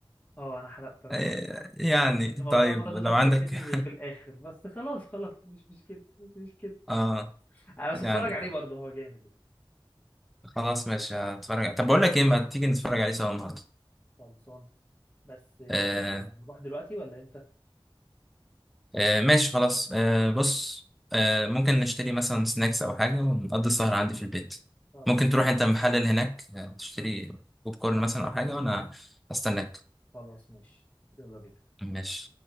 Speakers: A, on the left; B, in the centre.
A: اه انا حرقته
B: <laughs>
A: انا
B: إيه،
A: اسف
B: يعني
A: لان موضوع
B: طيب
A: مراته
B: لو
A: ده مش
B: عندك
A: هيتكشف غير
B: <laughs>
A: في الاخر بس خلاص خلاص مش مش كده مش مش كده
B: اه
A: انا بس
B: يعني
A: اتفرج عليه برضه هو جامد يعني
B: خلاص ماشي هتفرج طب بقول لك ايه ما تيجي نتفرج عليه سوا النهارده
A: خلصان بس آه،
B: آه
A: هنروح دلوقتي ولا امتى
B: آه ماشي خلاص آه بص آه ممكن نشتري مثلا سناكس او حاجه ونقضي السهر عندي في البيت
A: خلاص
B: ممكن تروح انت المحل اللي هناك آه، تشتري بوب كورن مثلا او حاجه وانا استناك
A: خلاص ماشي يلا بينا
B: ماشي